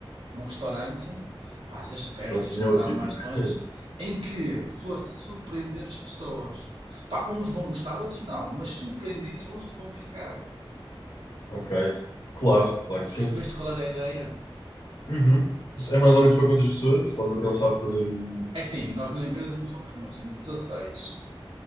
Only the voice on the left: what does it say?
Francesinha
é
o típico.
<laughs>
Ok. Claro, claro que sim.
Uhum. É mais ou menos para quantas pessoas? Estás a pensar fazer o.